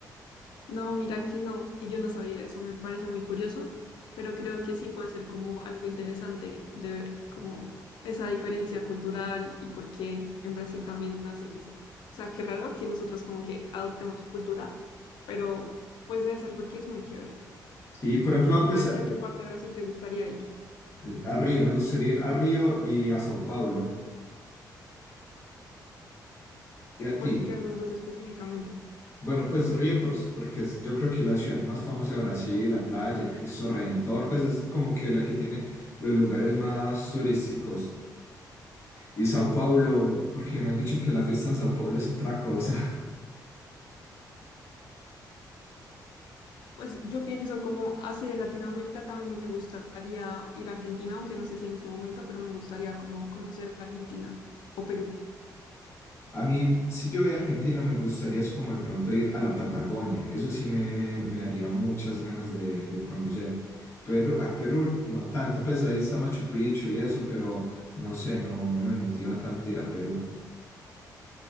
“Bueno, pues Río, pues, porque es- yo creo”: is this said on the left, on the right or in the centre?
Left